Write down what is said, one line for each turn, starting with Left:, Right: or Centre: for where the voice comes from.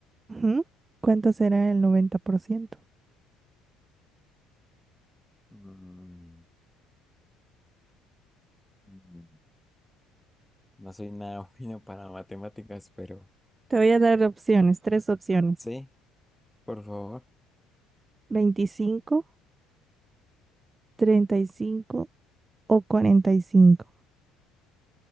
Right: Ujú. ¿Cuánto será el noventa por ciento
Centre: mm, mm, no soy nada <laughs> bueno para matemáticas, pero
Right: Te voy a dar opciones, tres opciones.
Centre: sí. Por favor.
Right: veinticinco treinta y cinco o cuarenta y cinco